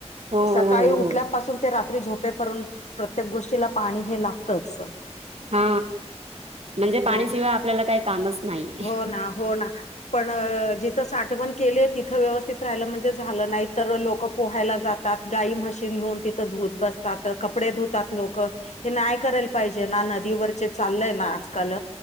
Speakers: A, on the right; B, on the left.
A: हो
B: सकाळी
A: हो
B: उठल्यापासून
A: हो
B: ते रात्री झोपे पर्यं प्रत्येक गोष्टीला पाणी हे लागतच.
A: हा म्हणजे पाणीशिवाय
B: बोला
A: आपल्याला काही कामच नाहीे.
B: हो पण. तिथं साठवण केली आहे तिथे व्यवस्थित राहिलं म्हणजे झालं नाही तर लोक पोहायला जात. तात गाई म्हशी नेहून तिथं धुत बसतात कपडे धुतात लोक. हे नाही करायला पाहिजे ना नदीवर जे चाललंय ना आजकाल